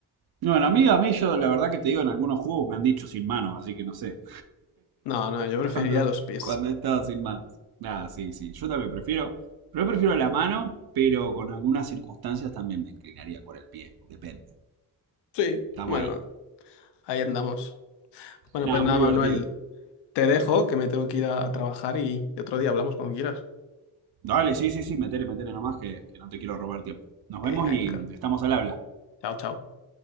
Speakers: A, on the right; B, on the left.
A: Bueno, a mí, a mí yo la verdad que te digo, en algunos juegos me han dicho sin manos, así que no sé.
B: No, no,
A: <laughs>
B: yo preferiría
A: Cuando,
B: los pies.
A: cuando he estado sin manos. Nada, sí, sí. Yo también prefiero, pero prefiero la mano, pero con algunas circunstancias también me inclinaría por el pie. Depende.
B: Sí,
A: Estamos
B: bueno,
A: ahí.
B: ahí andamos. Bueno,
A: Nada,
B: pues nada,
A: muy divertido.
B: Manuel, te dejo, que me tengo que ir a, a trabajar y otro día hablamos cuando quieras.
A: Dale, sí, sí, sí, metele, metele nomás que, que no te quiero robar tiempo. Nos
B: Venga,
A: vemos
B: venga.
A: y estamos al habla.
B: Chao, chao.